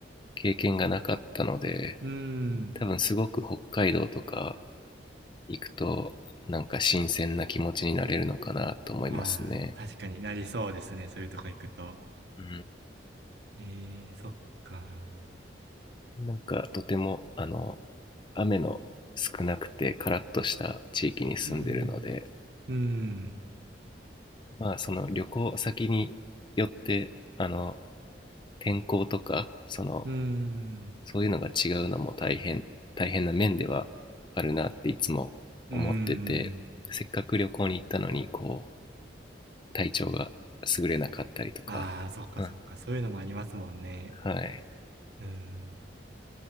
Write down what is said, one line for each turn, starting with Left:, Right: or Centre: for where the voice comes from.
Left: 経験がなかったので
Right: うん。
Left: 多分すごく北海道とか行くとなんか新鮮な気持ちになれるのかなと思いますね。
Right: ああ、確かになりそうですね。そういうとこ行くと。
Left: う
Right: ええそっか。
Left: ん、なんかとてもあの雨の少なくてカラッとした地域に住んでるので
Right: うん、うん、
Left: まあその旅行先によってあの天候とかその
Right: うん、
Left: そういうのが違うのも大変大変な面ではあるなっていつも思っててせっかく旅行に行ったのにこう
Right: うん。
Left: 体調が優れなかったりとか、
Right: ああ、そっかそっか。
Left: うん、は
Right: そういうのもありますもんね。
Left: い
Right: うん、